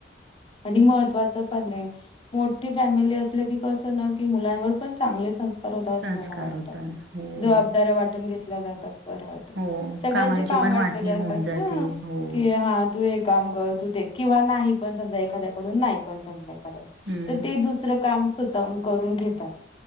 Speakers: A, on the left; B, on the right.
A: आणि महत्त्वाचं पणं आहे मोठी फॅमिली असलंकी कसंना की मुलांवर पण चांगले संस् स्कार होता असं
B: संस्कार
A: मला वाटतं
B: होतात हो
A: जबाबदाऱ्या वाटून घेतल्या जात बर वाटत
B: हो
A: सगळ्यांचे
B: कामांची
A: काम
B: पण
A: वाटलेले
B: वाटणी
A: असतातना
B: होऊन जाते हो
A: की हां तू हे काम कर, तू ते किंवा नाही पण समजा एखाद्याकडून नाय पण जमलय करायच
B: हम्म
A: तर ते दुसरं काम स्व ताहून करून घेतात